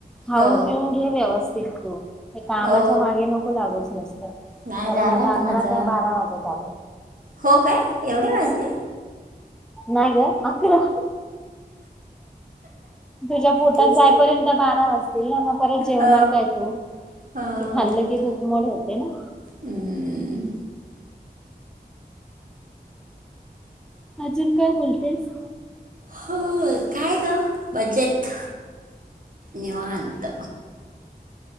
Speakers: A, in the centre; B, on the right.
A: खाऊन
B: हो
A: पिऊन घे व्यवस्थित तू हे कामाच्या
B: हो
A: मागे नको लागच नसत
B: नाही
A: कारण
B: झाला
A: आता अकरा
B: तर माझा
A: काय बारा वाजत आल
B: हो काय एवढे वाजले
A: नाही ग अकरा तुझ्या पोटात
B: तीच
A: जायपर्यंत बारा वाजतील ना मग परत जेवणार
B: हो
A: काय तू
B: हा
A: ते खाल्लं
B: बरोबर
A: की मूकमोड होते ना
B: हम्म.
A: अजून काय बोलतेस
B: हो काय ग बजेट निवांत